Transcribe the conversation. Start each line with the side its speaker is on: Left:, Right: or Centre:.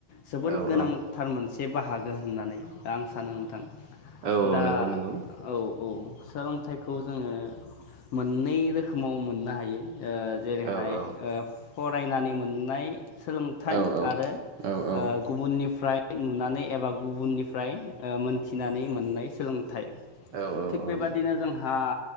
Left: जोबोर
Right: औ
Left: गोनांथार
Right: औ
Left: मोनसे बाहागो होननानै आं सानो नोंथां
Right: औ
Left: दा
Right: औ नोंगौ नोंगौ
Left: औ औ सोलोंथाइखौ जोंङो मोननै रोखोमाव मोननो हायो ओ जेरैहाय
Right: औ
Left: ओ
Right: औ
Left: फरायनानै मोननाय सोलोंथाइ
Right: औ औ
Left: आरो ओ
Right: औ औ
Left: गुबुननिफ्राय नुनानै एबा गुबुननिफ्राय ओ मोनथिनानै मोननाय सोलोंथाइ
Right: औ औ
Left: थिग
Right: औ
Left: बेबादिनो
Right: नंगौ
Left: जोंहा